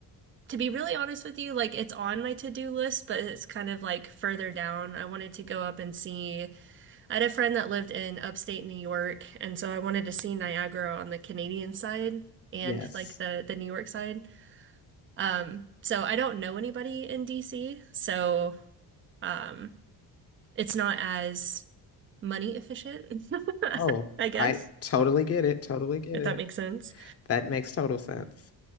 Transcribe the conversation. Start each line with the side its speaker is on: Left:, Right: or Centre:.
Right: to be really honest with you, like it's on my to-do list, but it's kind of like further down. I wanted to go up and see. I had a friend that lived in upstate New York, and so I wanted to see Niagara on the Canadian side and
Left: Yes.
Right: like the the New York side. Um, so I don't know anybody in DC, so um, it's not as money efficient, <laughs>
Left: Oh,
Right: I guess,
Left: I totally get it. Totally get
Right: if
Left: it.
Right: that makes sense.
Left: That makes total sense.